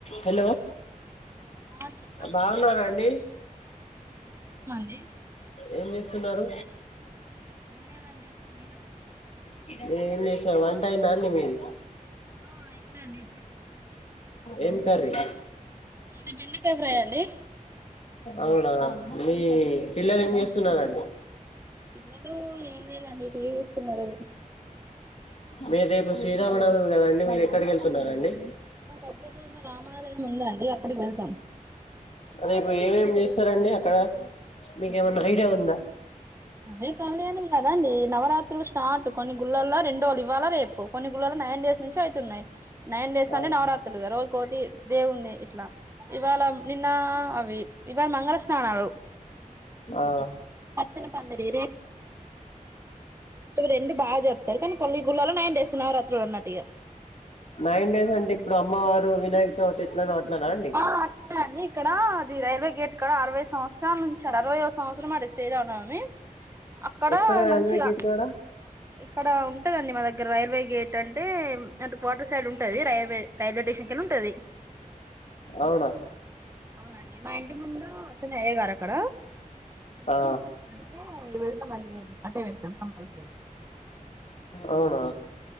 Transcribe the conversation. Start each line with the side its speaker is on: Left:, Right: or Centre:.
Left: Hello
Right: ఆ చెప్పండి
Left: బాగున్నారాండి
Right: డి
Left: ఏం చేస్తున్నారూ
Right: ఏం లేదండి మీరు
Left: మేం ఎంచెస్ వంట అయిందా అండి మీది
Right: ఆ అయ్యింది అండి
Left: ఏం కర్రి
Right: మాది బెండకాయ ఫ్రై అండి
Left: అవునా మీ పిల్లలు ఏం చేస్తున్నారండి
Right: పిల్లలు ఏం చేయలేదండి టీవీ చుస్తున్నారు
Left: మీరు రేపు శ్రీరామనవమి కదండి మీరు ఎక్కడిక వెళ్తున్నారండి
Right: మా దగ్గరలో ఉన్న రామాలయం ఉందండి అక్కడికి వెళ్తాం
Left: రేపు ఏమేమి చేస్తారండి అక్కడ మీకేమన్నా ఐడియా ఉందా
Right: అదే కళ్యాణం కదండి నవరా త్రులు స్టార్ట్ కొన్ని గుళ్ళల్లో రెండోళ్ళు ఇవాళ రేపు కొన్ని గుళ్ళలు నైన్ డేస్ నుంచి అయితున్నాయి నైన్ డేస్
Left: ఆ
Right: అని నవరాత్రులుగా రోజుకోటి దేవున్ది ఇట్లా ఇవాళ నిన్న అవి ఇవాళ మంగళ స్నానాలు
Left: ఆ
Right: పచ్చని పందిరి రెండు బాగా చెప్తారు కానీ కొన్నీ గుళ్లలో నైన్ డేస్ నవరాత్రి ఉన్నట్టు ఇగ
Left: నైన్ డేస్ అంటే ఇప్పుడు అమ్మవారు వినాయక చవితి ఎట్లనో అట్లనా అండి
Right: ఆ అట్లే అండి ఇక్కడ అది రైల్వే గేట్ కాడ అరవై సంవత్సరాల నుంచి అరవై ఓ సంవత్సరం అండి శ్రీ రామనవమి అక్కడ
Left: ఎక్కడ రైల్వే
Right: మంచిగా
Left: గేట్ కాడ
Right: ఇక్కడ ఉంటదండి మా దగ్గర రైల్వే గేట్ ట్ అంటే అటు కోటర్ సైడ్ ఉంటది రైల్వే రైల్వే స్టేషన్ కి ఉంటది
Left: అవునా
Right: అవునండి మా ఇంటి ముందు అతనే అయ్యేగారు అక్కడ
Left: ఆ
Right: అయితే వెళ్దాంమండి మేము అటే వెళ్తాం కంపల్సరీ
Left: అవునా